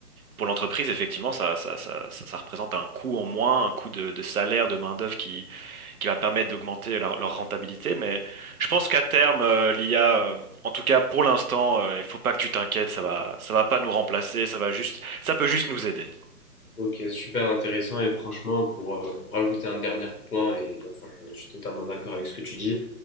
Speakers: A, on the right; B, on the left.
A: pour l'entreprise, effectivement, ça, ça, ça, ça, ça représente un coût en moins, un coût de, de salaire, de main-d'œuvre qui, qui va permettre d'augmenter leur, leur rentabilité. Mais je pense qu'à terme, euh, l'IA, euh, en tout cas pour l'instant, euh, il faut pas que tu t'inquiètes, ça va, ça va pas nous remplacer, ça va juste, ça peut juste nous aider.
B: Ok, super intéressant et franchement, pour, euh, pour rajouter un dernier point, et bien sûr, je, je suis totalement d'accord avec ce que tu dis,